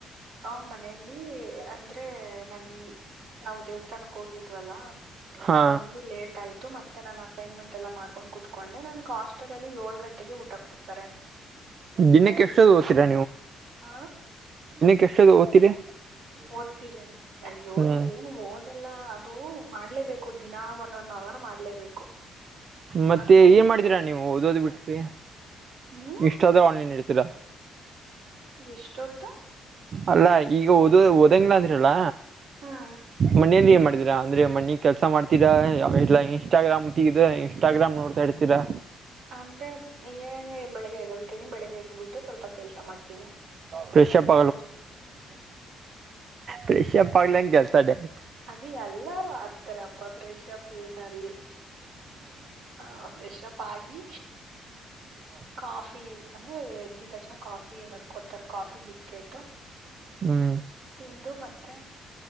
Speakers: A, on the right (about 85°); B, on the right (about 50°).
A: ಆ ಮನೇೆಯಲ್ಲಿ ಅಂದ್ರೆ ನನ್ ನಾವು ದೇವಸ್ಥಾನಕ್ಕೆ ಹೋಗದ್ವಲ್ಲ
B: ಹಾ
A: ಬಂದ್ ಲೇಟ್ ಆಯ್ತು ಮತ್ತೆ ನಾನನ್ ಅಸೈನ್ಮೆಂಟ್ ಎಲ್ಲ ಮಾಡ್ಕೊಂಡು ಕುೂತ್ಕೊಂಡೆ ನನ್ಗೆ ಹಾಸ್ಟೆ ಅಲ್ಲಿ ಏಳ ಗಂಟೆಗೆ ಊಟ ಕೊಡ್ತಾರೆ
B: ದಿನಕ್ಕೆ
A: ನನ
B: ಎಷ್ಟದು ಓದ್ತೀರಾ
A: ಹ
B: ಕೆಷ್ಟಸದ ಅತಿರೆ
A: ಓದ್ತೀರ ಅಯ್ಯೋ
B: ಹ್ಮ್
A: ಏನು ಓದಲ್ಲ ಅದು ಮಾಡ್ಲೇಬೇಕು ಕು ದಿನ ಒನ್ ಒನ್ ಅವರ್ ಮಾಡ್ಲೇಬೇಕು
B: ಮತ್ತೆ
A: ಹಂಗಾಗಿ
B: ಏನ್ ಮಾಡ್ತೀರಾ
A: ಡೈಲಿ
B: ನೀವು ಓದೋದು್ ಬಿಟ್ರಿ
A: ಹ್ಮ್
B: ಇಷ್ಟ ಆದ್ರೆ ಆನ್ಲೈನ್ ಇಡ್ತ
A: ಎಷ್ಟೊತ್ತು
B: ಅಲ್ಲ ಈಗ ಓದ ಒಡಂಗಿಲ್ಲ ಅದ್ರಿಯಲ್ಲ
A: ಹ್ಮ್
B: ಮನೆಲ್ಲಿ ಏನ್ ಮಾಡ್ತೀರಾ ೀಾ ಅಂದ್ರೆ ಮನಿ ಕೆಲಸ ಮಾಡ್ತೀರಾ ಇಲ್ಲ ಇನ್ಸ್ಟಾಗ್ರಾಮ್ ತಗ್ರ ಇನ್ಸ್ಟಾಗ್ರಾಮ್ ನೋಡ್ತಾ ಇರ್ತೀರಾ
A: ಅಂದ್ರೆ ಈ ಬೆಳಿಗ್ಗೆಯದ ಹೊಳ್ತೇನಿ ಬೆಳಗ್ಗೆಯದ ಬಿಟ್ಟ ಸ್ವಲ್ಪ ಕೆಲ್ಸ ಮಾಡ್ತೀನಿ
B: ಫ್ರೆಶ್ ಅಪ್
A: ಏನಾದ್ರು
B: ಫ್ರೆಶೂಪ್ ಆಗ್ದೆ ಕೆಲ್ಸ ಡೈರೆಕ್ಟ್
A: ಅದ ಎಲ್ಲಾರು ಹಾಕ್ತಾರಪ್ಪ ಫ್ರೆಶ್ ಅಪ್ ಏನ ಅಲ್ಲಿ ಹಾ ಫ್ರೆಷ್ಪ್ ಆಗಿ
B: ಹೌ
A: ಕಾಫಿ ಅಂದ್ರೆ ಎದ್ದ ತಕ್ಷಣ ಕಾಫಿ ಏನಾದ್ರು ಕೊಡ್ತಾರ ಕಾಫಿ ಬಿಸ್ಕೆಟ
B: ಹ್ಮ್
A: ತಿಂದು ಮತ್ತೆ